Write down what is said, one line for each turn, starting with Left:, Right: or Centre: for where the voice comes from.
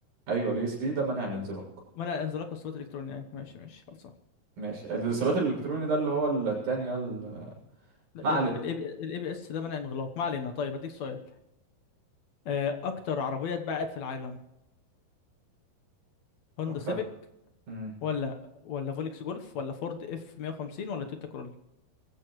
Right: ايوه الاي اس بي ده منع الانزلاق
Left: منع الانزلاق والثبات الالكتروني ايوه ماشي ماشي خلصان
Right: ماشي الثبات الالكتروني ده اللي هو التاني ال-
Left: لا
Right: ما
Left: يا
Right: علينا
Left: ابني الاي بي اس ده منع انغلاق ما علينا طيب هديك سؤال آه، اكتر عربيه اتباعت في العالم هوندا
Right: اكتر
Left: سيفيك
Right: امم
Left: ولا ولا فولكس جولف ولا فورد اف 150 ولا تويوتا كرولا